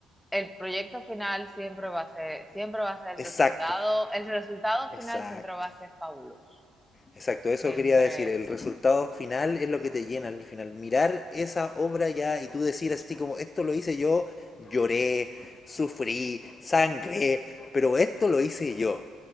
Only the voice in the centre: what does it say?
el proyecto final siempre va a ser, siempre va a ser el
resultado, el resultado
final siempre va a ser fabuloso.
Siempre.